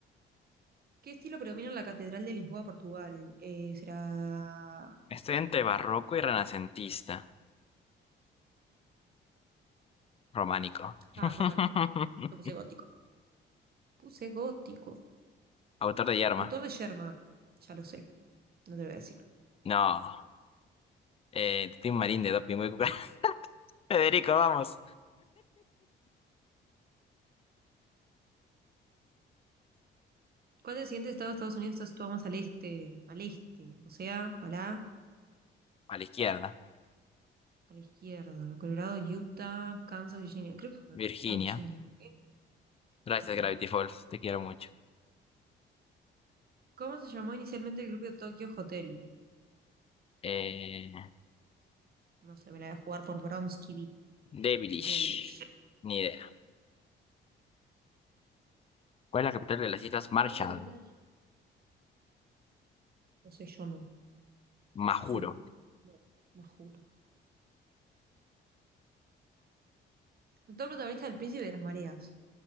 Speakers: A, on the right; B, on the left.
A: ¿Qué estilo predomina en la Catedral de Lisboa, Portugal? Eh, será.
B: Estoy entre barroco y renacentista. Románico. <laughs>
A: Ah, románico. Yo puse gótico. Puse gótico.
B: Autor de Yerma.
A: Autor de Sherman. Ya lo sé, no te lo voy a decir.
B: No. Eh, Tim Marín de Doping Hueco. <laughs> Federico, vamos.
A: ¿Cuál del siguiente estado de Estados Unidos está situado más al este? Al este. O sea, a la,
B: A la izquierda.
A: a la izquierda. Colorado, Utah, Kansas, Virginia. Creo que es Col-
B: Virginia.
A: no, Virginia. ¿Qué?
B: Gracias,
A: ¿Por qué?
B: Gravity Falls. Te quiero mucho.
A: ¿Cómo se llamó inicialmente el grupo de Tokyo Hotel?
B: Eh,
A: No sé, me la voy a jugar por Bronsky
B: Devilish.
A: Devilish.
B: Ni idea. ¿Cuál es la capital de las Islas Marshall?
A: ¿Cuál es la capital? No sé, yo no.
B: Majuro.
A: Suba. No, me juro. Actor protagonista del Príncipe de las Mareas.